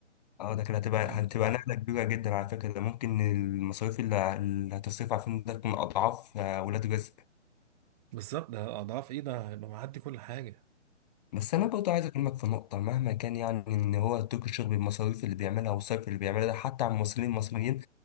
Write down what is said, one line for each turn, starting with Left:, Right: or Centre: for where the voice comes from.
Left: اه ده كده هتبقى
Right: آه.
Left: هتبقى نقلة كبيرة جدا على فكرة ده ممكن المصاريف اللي اللي هتصرف على الفيلم ده تكون أضعاف آه، ولاد رزق
Right: بالظبط ده اضعاف ايه ده هيبقى معدي كل حاجة
Left: بس
Right: مم.
Left: أنا برضه عايز أكلمك في نقطة مهما كان يعني إن هو تركي الشيخ بالمصاريف اللي بيعملها والصرف اللي بيعملها ده حتى على الممثلين المصريين